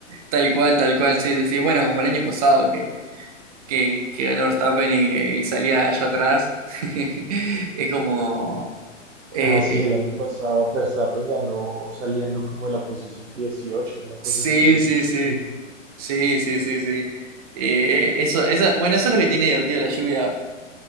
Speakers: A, on the right (about 30°); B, on the right (about 75°).
A: Tal cual, tal cual, sí, sí, sí. Bueno, como el año pasado que, que, que ganó Verstappen y, que- y salía allá atrás. <laughs> Es como... eh,
B: Ah, sí, el año
A: eh,
B: pasado Verstappen ganó saliendo como de la posición 18, una cosa
A: sí,
B: así, 16.
A: sí, sí. Sí, sí, sí, sí. Eh, eso, esa, bueno, eso es lo que tiene divertido la lluvia